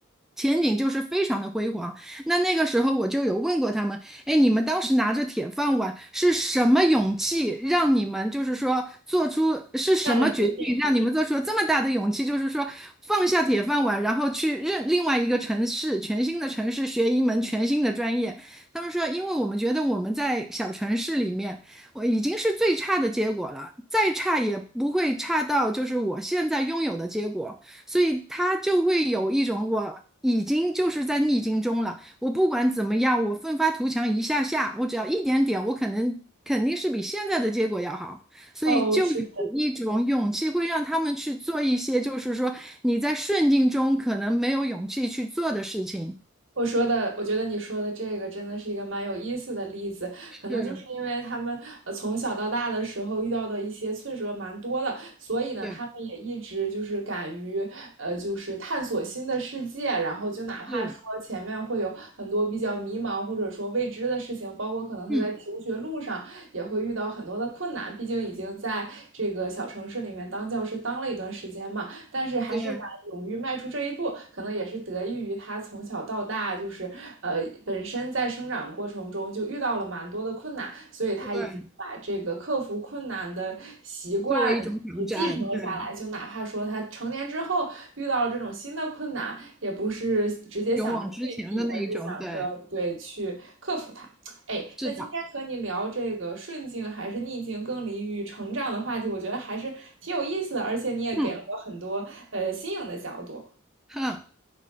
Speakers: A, in the centre; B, on the right.
A: 前景就是非常的辉煌。那那个时候我就有问过他们，哎，你们当时拿着铁饭碗是什么勇气让你们就是说做出是什么决定让你们做出了这么大的勇气，
B: 这样的决定。
A: 就是说放下铁饭碗，然后去任另外一个城市，全新的城市学一门全新的专业。他们说，因为我们觉得我们在小城市里面，我已经是最差的结果了，再差也不会差到就是我现在拥有的结果，所以他就会有一种我已经就是在逆境中了，我不管怎么样，我奋发图强一下下，我只要一点点，我可能肯定是比现在的结果要好，所以就有一种勇气会让他们去做一些就是说你在顺境中可能没有勇气去做的事情。
B: 哦，是。我说的，我觉得你说的这个真的是一个蛮有意思的例子，可能就是因为他们呃从小到大的时候遇到的一些挫折蛮多的，
A: 对，
B: 所以呢，
A: 对，
B: 他们也一直就是敢于呃就是探索新的世界，然后就哪怕说前面会有很多比较迷茫或者说未知的事情，
A: 是，
B: 包括可能他在求学路上也会遇到很多的困难，
A: 嗯。
B: 毕竟已经在这个小城市里面当教师当了一段时间嘛，但但是还是敢勇于迈出这一步，
A: 对
B: 可能也是得益于他从小到大就是呃本身在生长过程中就遇到了蛮多的困难，所以他已经把这个克服困难的习惯。
A: 对，作为一种挑战，
B: 继承了下来，
A: 对，
B: 就哪怕说他成年之后遇到了这种新的困难，也不是直接想着退避，
A: 勇往直前的那一种，
B: 而是想着对去克服它。
A: 对，
B: 哎，
A: 是的，
B: 那今天和你聊这个顺境还是逆境更利于成长的话题，我觉得还是挺有意思的，而且你也给了我很多呃新颖的角度。
A: 嗯哼，